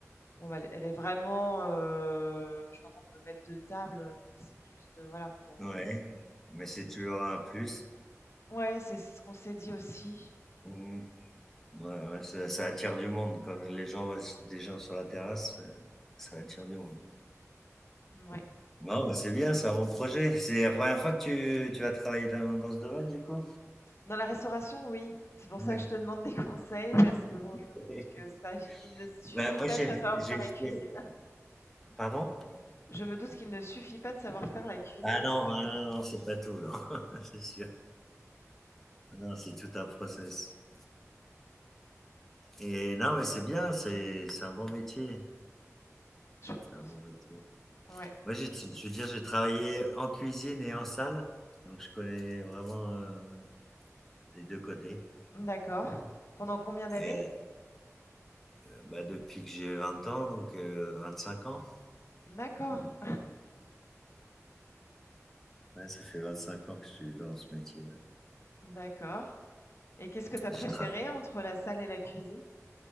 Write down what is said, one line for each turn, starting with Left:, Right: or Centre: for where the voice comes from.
Left: bon, bah, elle elle est vraiment, euh, je crois qu'on peut mettre deux tables, donc c'est juste euh, voilà pour.
Centre: Ouais,
Left: euh,
Centre: mais c'est toujours un plus.
Left: Ouais, c'est ce qu'on s'est dit aussi.
Centre: Mmh. Ouais, ouais, ça ça attire du monde quand les gens voient des gens sur la terrasse, heu, ça attire du monde.
Left: Ouais.
Centre: Non, bah, c'est bien, c'est un bon projet. C'est la première fois que tu tu vas travailler dans dans ce domaine du coup?
Left: Dans la restauration, oui. C'est pour
Centre: Ouais.
Left: ça que je te demande des <laughs> conseils parce que bon, je me
Centre: <laughs>
Left: doute que ça, j- il ne suffit
Centre: Bah, moi
Left: pas
Centre: j'ai
Left: de faire savoir
Centre: j'ai
Left: faire la cuisine.
Centre: fait pardon?
Left: Je me doute qu'il ne suffit pas de savoir faire la cuisine.
Centre: Ah non, ah non, non, c'est pas tout, là. <laughs> c'est sûr. Non, c'est tout un process et non, mais c'est bien, c'est c'est un bon métier,
Left: Je-
Centre: c'est un
Left: euh,
Centre: bon métier.
Left: Ouais.
Centre: Moi, j'ai, je veux dire, j'ai travaillé en cuisine et en salle, donc je connais vraiment euh, les deux côtés.
Left: D'accord. Pendant combien d'années?
Centre: Et euh, bah, depuis que j'ai 20 ans, donc euh, 25 ans,
Left: D'accord.
Centre: Ouais, ça fait 25 ans que je suis dans ce métier. ouais.
Left: D'accord. Et qu'est-ce que tu as
Centre: J'ai
Left: préféré
Centre: tra-
Left: entre la salle et la cuisine?